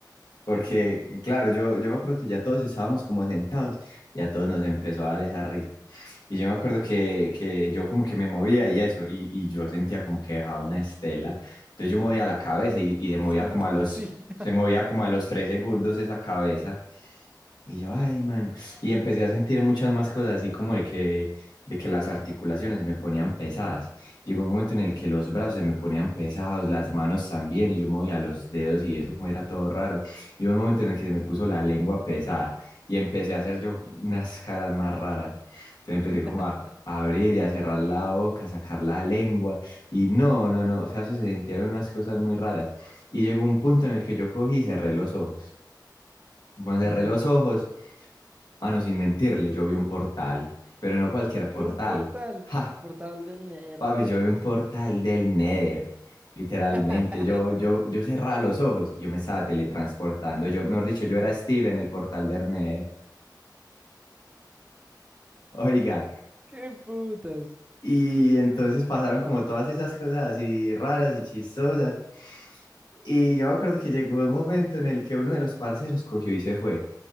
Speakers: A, on the left; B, on the right.
A: Porque, claro, yo, yo me acuerdo que ya todos estábamos como sentados y a todos nos empezó a dar esa risa. Y yo me acuerdo que, que yo como que me movía y eso, y, y yo sentía como que dejaba una estela. Entonces yo movía la cabeza y, y se movía
B: <laughs> Uy,
A: como
B: ¿cómo
A: a los,
B: así?
A: se movía como a los tres segundos esa cabeza. Y yo, ay, mano. Y empecé a sentir muchas más cosas, así como de que, de que las articulaciones se me ponían pesadas. Llegó un momento en el que los brazos se me ponían pesados, las manos también, y yo movía los dedos y eso como era todo raro. Y hubo un momento en el que se me puso la lengua pesada y empecé a hacer yo unas caras más raras. Entonces empecé
B: <laughs>
A: como a, a abrir y a cerrar la boca, a sacar la lengua. Y no, no, no, o sea, eso se sintieron unas cosas muy raras. Y llegó un punto en el que yo cogí y cerré los ojos. Cuando
B: Ujú.
A: cerré los ojos, Mano, sin mentirle, yo vi un portal, pero no cualquier portal.
B: Vio un portal,
A: Ja,
B: el portal del Ner.
A: papi, yo vi un portal del Nether. Literalmente,
B: <laughs>
A: yo, yo, yo cerraba los ojos, yo me estaba teletransportando. Yo, mejor dicho, yo era Steve en el portal del Nether. Oiga,
B: ¡Qué putas!
A: y entonces pasaron como todas esas cosas así raras y chistosas. Y yo me acuerdo que llegó un momento en el que uno de los parceros cogió y se fue.